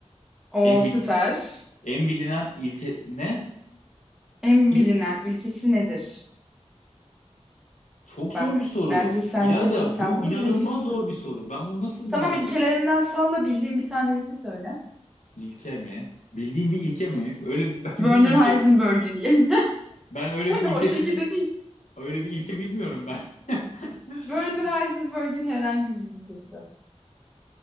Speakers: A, in the centre; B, on the left.
A: O
B: En,
A: süper.
B: bil- en bilinen ilke ne?
A: En
B: Bir
A: bilinen
B: de-
A: ilkesi nedir?
B: çok zor
A: Bak
B: bir soru.
A: bence sen
B: İlayda
A: bunu sen
B: bu
A: bunu
B: inanılmaz
A: bilebilirsin.
B: zor bir soru. Ben bunu nasıl
A: Tamam
B: bilebilirim?
A: ilkelerinden salla bildiğin bir tane ilke söyle.
B: İlke mi? Bildiğim bir ilke mi? <laughs> Öyle ben
A: Werner
B: bir ilke
A: Heisenberg'in
B: ben öyle bir ilkesini
A: <laughs> o şekilde değil.
B: öyle bir ilke bilmiyorum ben. <laughs>
A: Werner Heisenberg'in herhangi bir ilkesi.